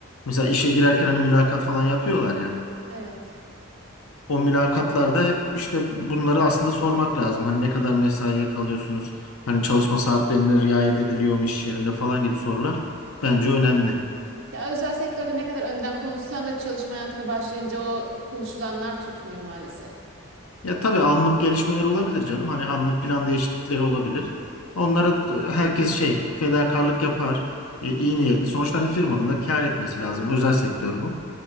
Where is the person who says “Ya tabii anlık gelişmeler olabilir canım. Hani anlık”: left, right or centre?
Left